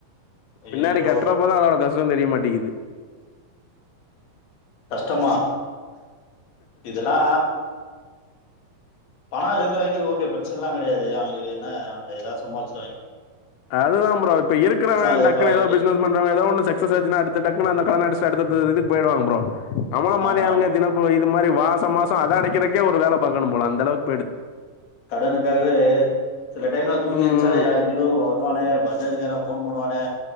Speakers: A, on the left; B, on the left.
A: ஐயய்யோ!
B: பின்னாடி கட் ரதோட கஷ்ட தெரிய மாட்டேக்குது
A: கஷ்டமா இதெல்லா பண இருங்கிறவங்களுக்கு ஓகே பிரச்சன எல்லா கெடையாது அவங்களுக்கு என்ன எதா சம்பாளிச்சுருவாங்க
B: அதுதா ப்ரோ இப்ப இருக்குறவ
A: இத
B: டக்குனு
A: வாங்கிட்டு
B: ஏதா பிசினஸ் பண்றங்க ஏதோ ஒன்னு சக்ஸஸ் ஆச்சுன்னா அடுத்து டக்குனு அந்த கடன அடச்டு அடுத்த அடுத்த இதுக்கு போய்டுவாங்க ப்ரோ நம்மள மாரி
A: ஆமா
B: ஆளுங்க தினம் ப்ரோ இது மாரி மாச மாச அத அடைக்கிறக்கே ஒரு வேல பாக்கனும் போல அந்த அளவு
A: கடனுக்காகவே சில டைம்ல தூங்கி
B: ம்
A: எந்துச்சாலே யா ஐயோ இவ வருவானே பஜாஜ் கார ஃபோன் பண்ணுவானே